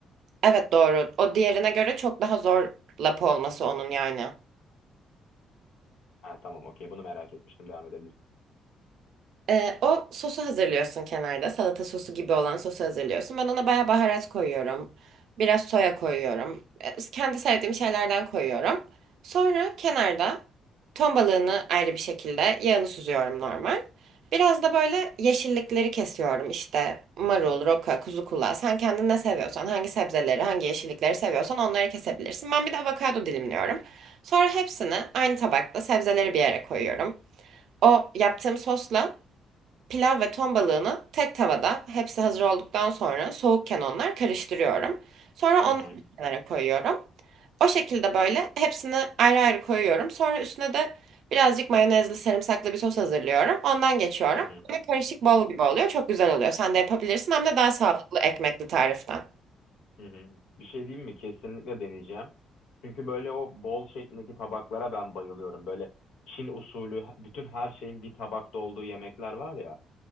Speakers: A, on the right (about 75°); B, on the left (about 80°).
A: Evet doğru. O diğerine göre çok daha zor lapa olması onun yani.
B: Ha, tamam okey bunu merak etmiştim devam edebilirsin.
A: Ee, o sosu hazırlıyorsun kenarda. Salata sosu gibi olan sosu hazırlıyorsun. Ben ona bayağı baharat koyuyorum. Biraz soya koyuyorum. Ee, kendi sevdiğim şeylerden koyuyorum. Sonra kenarda ton balığını ayrı bir şekilde yağını süzüyorum normal. Biraz da böyle yeşillikleri kesiyorum. İşte marul, roka, kuzu kulağı. Sen kendin ne seviyorsan, hangi sebzeleri, hangi yeşillikleri seviyorsan onları kesebilirsin. Ben bir de avokado dilimliyorum. Sonra hepsini aynı tabakta sebzeleri bir yere koyuyorum. O yaptığım sosla Pilav ve ton balığını tek tavada hepsi hazır olduktan sonra soğukken onlar karıştırıyorum. Sonra
B: Hı
A: onları
B: hı,
A: kenara koyuyorum. O şekilde böyle hepsini ayrı ayrı koyuyorum. Sonra üstüne de birazcık mayonezli sarımsaklı bir sos hazırlıyorum. Ondan geçiyorum.
B: hı hı,
A: Böyle karışık bol
B: hı hı.
A: gibi oluyor. Çok güzel oluyor. Sen de yapabilirsin hem de daha sağlıklı ekmekli tariften.
B: Hı hı. Bir şey diyeyim mi? Kesinlikle deneyeceğim. Çünkü böyle o bol şeklindeki tabaklara ben bayılıyorum. Böyle Çin usulü bütün her şeyin bir tabakta olduğu yemekler var ya.